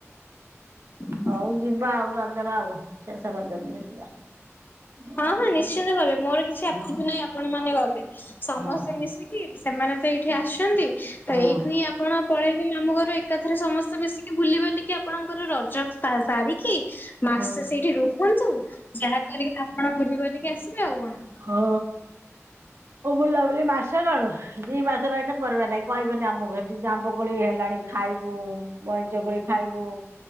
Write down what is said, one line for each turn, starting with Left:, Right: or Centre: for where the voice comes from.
Left: ହୁଁ
Right: ହଉ ଯିବା ଆଉ ରଜରେ ଆଉ ଶେଷ ରଜ ଦିନ ଯିବା। ବୁଲାବୁଲି
Left: ହଁ ହଁ ନିଶ୍ଚିନ୍ତ
Right: କରିବା
Left: ଭାବେ ମୋର କିଛି ଆପଣଙ୍କୁ
Right: ହଁ
Left: ନାହିଁ ଆପଣ ମାନେ ଗଲେ ସମସ୍ତେ
Right: ହଁ
Left: ମିଶିକି ସେମାନେ ତ ଏଇଠି ଆସିଛନ୍ତି ତ
Right: ହଁ
Left: ଏଇଠୁ ହିଁ ଆପଣ ପଳେଇବେ ମାମୁ ଘରୁ ଏକାଥରେ ସମସ୍ତେ ମିଶିକି ବୁଲି ବାଲିକି ଆ ପଣଙ୍କର ରଜ ସାସାରି କି ମାସେ
Right: ହଁ
Left: ସେଇଠି ରୁହନ୍ତୁ ଯାହା କରିକି ତ ଆପଣ ବୁଲି ବାଲିକି ଆସିବେ ଆଉ କଣ
Right: ହଁ ଓଉ ବୁଲାବୁଲି ମାସେ କଣ ଦି ମାସେ ରଏନେ ପରିବାନାଇ କଇବେନି ଆମକୁ ହେଠୀ ଜାମ୍ୱୁ କୋଳି ହେଲାଣି ଖାଇବୁ ବଇଁଚ କୋଳି ଖାଇବୁ